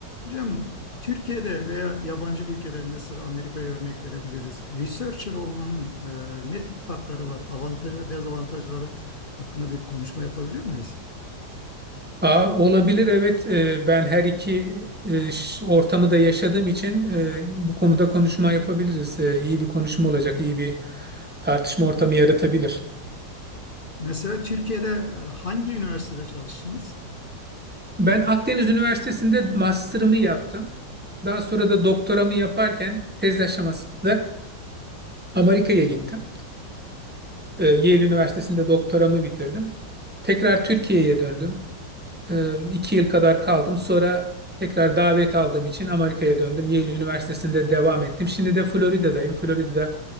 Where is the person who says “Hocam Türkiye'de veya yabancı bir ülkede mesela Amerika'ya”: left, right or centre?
Left